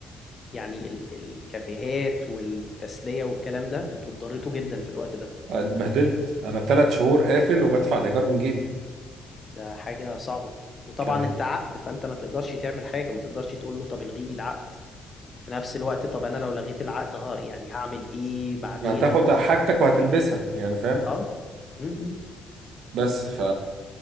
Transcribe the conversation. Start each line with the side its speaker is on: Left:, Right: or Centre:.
Left: يعني ال- الكافيهات والتسلية والكلام ده انتوا اتضريتوا جدا في الوقت ده
Right: اتبهدلت انا ثلاث شهور قافل وبدفع الايجار من جيبي
Left: ده حاجة صعبة وطبعا
Right: كان
Left: انت عقد فانت ما تقدرش تعمل حاجة ما تقدرش تقول له طب الغي لي العقد في نفس الوقت طب انا لو لغيت العقد ها يعني هعمل ايه بعدين
Right: يعني هتاخد حاجتك وهتلبسها يعني فاهم
Left: اه امم
Right: بس ف